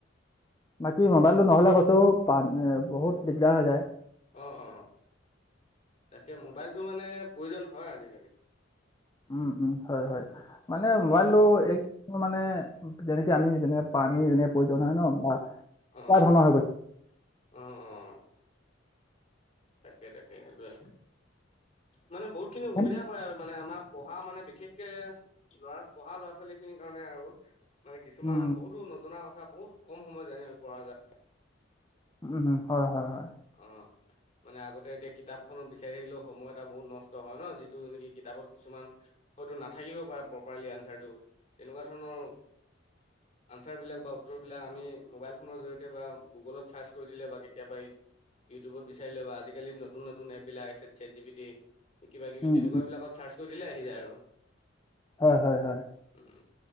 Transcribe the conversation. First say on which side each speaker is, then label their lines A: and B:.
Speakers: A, on the left; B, on the left.
A: বাকী মোবাইলটো নহ'লে কৈছো পান বহুত দিগদাৰ হৈ যায়।
B: অ অঁ তাকে মোবাইলটো মানে প্ৰয়োজন হয় আজিকালি।
A: উম উম হয় হয় মানে মোবাইলটো
B: অ',
A: এক পকাৰ মানে যেনেকে আমি যেনে। পানীৰ এনে প্ৰয়োজন হয় ন বা এনেকুৱা
B: অ',
A: ধৰণৰ হৈ গৈছে।
B: অ', অ'। তাকে তাকে সেইটো মানে বহুত খিনি
A: গৈছে।
B: সুবিধা কৰে আৰু মানে আমাৰ পঢ়া মানে বিশেষকে লৰা পঢ়া ল'ৰা ছোৱালী খিনিৰ কাৰণে আৰু। মানে কিছুমান
A: উম
B: বহুতো নজনা কথা বহুত কম সময় জানিব পৰা যায়।
A: উম হম হয় হয় হয়।
B: অ। মানে আগতে এতিয়া কিতাপখনত বিচাৰি থাকিলেও সময় এটা বহুত নষ্ট হয় ন যিটো নেকি কিতাপত কিছুমান হয়তো নাথাকিব পাৰে প্ৰপাৰলি আনচাৰটো, তেনেকুৱা ধৰণৰ
A: <inaudible>
B: আনচাৰবিলাক বা উত্তৰবিলাক আমি মোবাইল ফোনৰ জৰিয়তে বা গুগলত ছাৰ্চ কৰি দিলে, বা কেতিয়াবা ইউটিউবত বিচাৰিলে বা আজিকালি নতুন নতুন এপ বিলাক আহিছে, ছেট জি পি টি কিবা কিবি
A: উম,
B: তেনেকুৱা
A: উম,
B: বিলাকত চাৰ্চ কৰি দিলে আহি যায় আৰু।
A: হয় হয় হয়
B: উম,